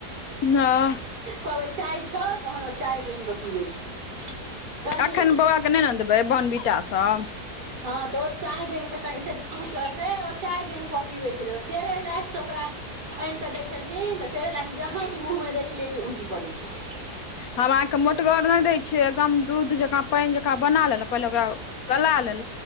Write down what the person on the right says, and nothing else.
कहबै चाय छ तहन ओ चाय जान कऽ पीबै छै। कनिक
हँ तऽ ओ चाय जान कऽ कनि से, पूछ के ओ चाय जान के पिबै छलै, सेरेलेक्स ओकरा आनि कऽ दै छलखिन तऽ, सेरेलेक्स जहाँ कि मुँहमे दै छलियै कि उल्टी कऽ दैत छलै।